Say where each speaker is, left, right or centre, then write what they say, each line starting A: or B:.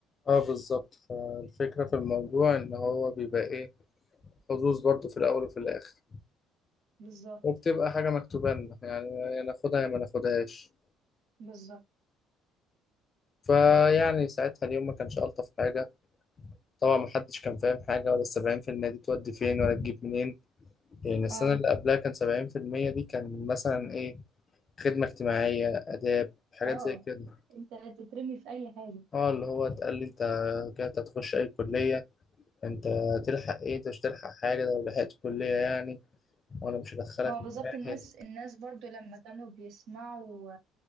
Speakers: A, on the left; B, on the right.
A: اه بالظبط فالفكرة في الموضوع ان هو بيبقى ايه حظوظ برضو في الاول وفي الاخر
B: بالظبط
A: وبتبقى حاجة مكتوبة لنا يعني يا ناخدها يا ما ناخدهاش
B: بالظبط
A: فيعني ساعتها اليوم ما كانش ألطف حاجة طبعا محدش كان فاهم حاجة ولا السبعين في المية دي تودي فين ولا تجيب منين يعني السنة
B: اه
A: اللي قبلها كان سبعين في المية دي كان مثلا ايه خدمة اجتماعية آداب حاجات
B: اه
A: زي كده
B: انت تترمي في اي حاجة
A: اه اللي هو اتقال لي انت كده هتخش اي كلية انت هتلحق ايه انت مش هتلحق حاجة ده لو لحقت كلية يعني وانا مش هدخلك
B: ما هو بالظبط
A: معايا
B: الناس
A: هنا
B: الناس برضو لما كانوا بيسمعوا